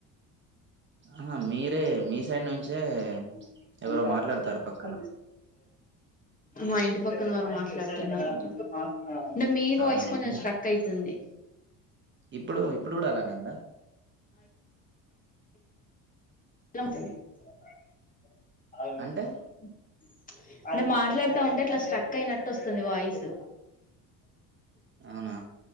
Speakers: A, on the right; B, on the left.
A: ఆహా మీరే మీ సైడ్ నుంచే
B: <unintelligible>
A: ఎవరో మాట్లాడతారు పక్కన
B: మా ఇంటి పక్కన వారు మాట్లాడుతున్నారు అంటే మీ వాయిస్
A: అవునా
B: కొంచెం
A: ఇన్
B: స్ట్రక్ అయితుంది
A: ఇప్పుడు ఇప్పుడు కూడా అలానే ఉందా
B: <unintelligible> <unintelligible>
A: అంటే
B: అంటే మాట్లాడుతా ఉంటే అట్లా స్ట్రక్ అయినట్టు వస్తుంది వాయిస్
A: అవునా